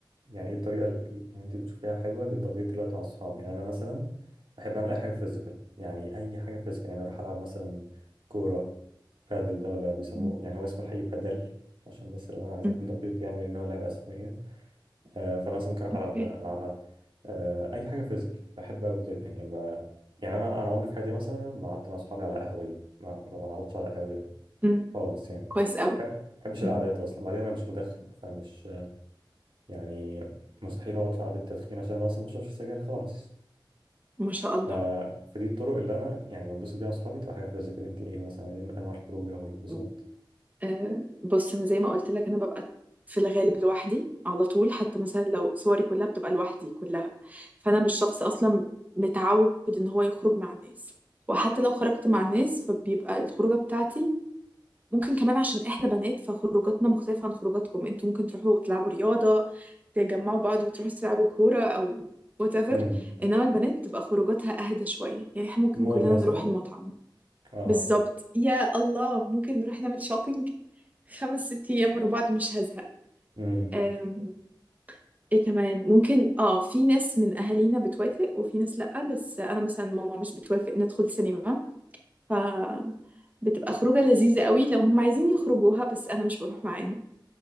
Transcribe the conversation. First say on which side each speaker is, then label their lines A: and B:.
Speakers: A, on the right (about 85°); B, on the right (about 20°).
A: يعني ايه الطريقه اللي انت بتشوفيها حلوه لتقضيه الوقت مع الصحاب يعني انا مثلا بحب اعمل اي حاجه فيزيكال يعني اي حاجه فيزيكال يعني اروح العب مثلا كوره بادل ده ولا بيسموه
B: مم.
A: يعني هو اسمه الحقيقي بادل عشان بس لو انا عايز
B: مم.
A: اكون دقيق يعني لان هو لعبه اسبانيه آه، فمثلا ممكن اروح
B: اوكي
A: العب العبها آه، اي حاجه فيزيكال بحب قوي كده يعني ما يعني انا انا عمري في حياتي مثلا ما قعدت مع اصحابي على قهوه دي ما, ما بقعدش على قهوه يعني
B: مم.
A: خالص يعني
B: كويس قوي
A: ما بحبش القعدات
B: مم.
A: اصلا بعدين انا مش مدخن فمش يعني مستحيل اقعد في قعده تدخين عشان انا اصلا ما بشربش سجاير خالص
B: ما شاء الله
A: ف... فدي الطرق اللي انا يعني بنبسط بيها مع اصحابي تبقى حاجه فيزيكال انت ايه مثلا ايه انواع الخروج او الانبساط
B: مم. آه بص انا زي ما قلت لك انا ببقى في الغالب لوحدي على طول حتى مثلا لو صوري كلها بتبقى لوحدي كلها فانا مش شخص اصلا متعود ان هو يخرج مع الناس وحتى لو خرجت مع الناس فبيبقى الخروجه بتاعتي ممكن كمان عشان احنا بنات فخروجاتنا مختلفة عن خروجاتكم انتوا ممكن تروحوا تلعبوا رياضة تجمعوا بعض وتروحوا تلعبوا كورة او whatever
A: امم
B: انما البنات بتبقى خروجاتها اهدى شوية يعني احنا ممكن
A: مول
B: كلنا
A: مثلا
B: نروح المطعم
A: اه
B: بالظبط يا الله ممكن نروح نعمل شوبينج خمس ست ايام ورا بعض مش هزهق
A: امم
B: أم، ايه كمان ممكن اه في ناس من اهالينا بتوافق وفي ناس لأ بس انا مثلا ماما مش بتوافق ندخل سينما ف بتبقى خروجة لذيذة قوي لو هم عايزين يخرجوها بس انا مش بروح معاهم